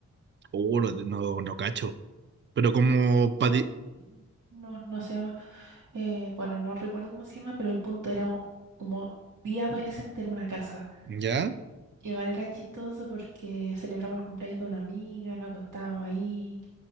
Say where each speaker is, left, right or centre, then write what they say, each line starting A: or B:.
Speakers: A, on the right (about 40°); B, on the right (about 80°).
A: Oh, no, no, no cacho. Pero como pa'
B: Bu-
A: ti-
B: No, no se llama... eh, bueno, no recuerdo cómo se llama, pero el punto era mo- como día adolescente en una casa.
A: Ya,
B: Y igual era chistoso porque celebramos el cumpleaños de una amiga, nos acostábamos ahí.